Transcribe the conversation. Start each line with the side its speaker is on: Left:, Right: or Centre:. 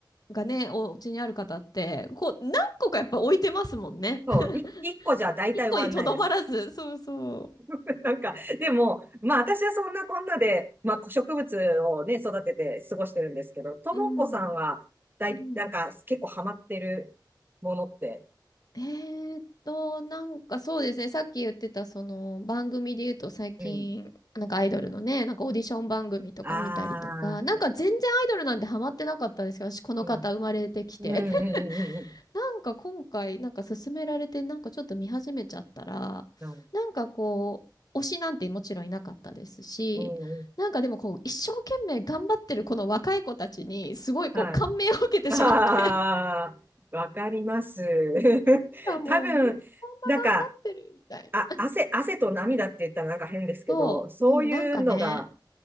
Left: がね、お家にある方って、こう、何個かやっぱ置いてますもんね。<laughs>
Right: そう、い一個じゃ大体終わんないです。
Left: 一個にとどまらず。そうそ
Right: <laughs> なんか、でも、まあ私はそんなこんなで、まあ植物をね、育てて過ごしてるんですけど、ともこさんは、
Left: う。うん。
Right: だい、
Left: うん。
Right: なんか結構ハマってるものって、
Left: えーっと、なんかそうですね、さっき言ってたその番組で言うと最近、
Right: うん。
Left: なんかアイドルのね、なんかオーディション番組とか見たりとか、
Right: ああ、
Left: なんか全然アイドルなんてハマってなかったんですけど、私この方生まれてきて。
Right: うん。うんうんうんうん
Left: <laughs> なんか今回、なんか勧められて、なんかちょっと見始めちゃったら、
Right: うん。
Left: なんかこう、推しなんてもちろんいなかったですし、
Right: うんうんうん。
Left: なんかでもこう、一生懸命頑張ってるこの若い子たちに、すごいこう、
Right: はい。
Left: 感銘を受けてしまって、
Right: ああ、
Left: <laughs>
Right: わかります。<laughs>
Left: あ、もうみんなこんな頑張ってるみたいな。
Right: 多分、なんか、あ、汗、汗と涙って言ったらなんか変ですけど、
Left: そう、
Right: そういうのが、
Left: うん、なんかね、